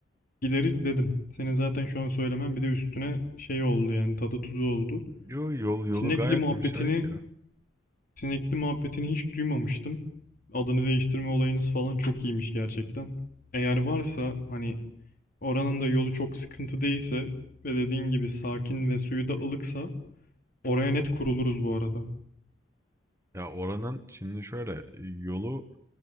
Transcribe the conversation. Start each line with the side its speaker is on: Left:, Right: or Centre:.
Left: gideriz dedim. Senin zaten şu an söylemen bir de üstüne şey oldu yani tadı tuzu oldu.
Right: Yo, yol yolu
Left: Sinekli
Right: gayet
Left: muhabbetini
Right: müsait ya.
Left: Sinekli muhabbetini hiç duymamıştım. Adını değiştirme olayınız falan çok iyiymiş gerçekten. Eğer varsa hani oranın da yolu çok sıkıntı değilse ve dediğin gibi sakin ve suyu da ılıksa oraya net kuruluruz bu arada.
Right: Ya oranın şimdi şöyle yolu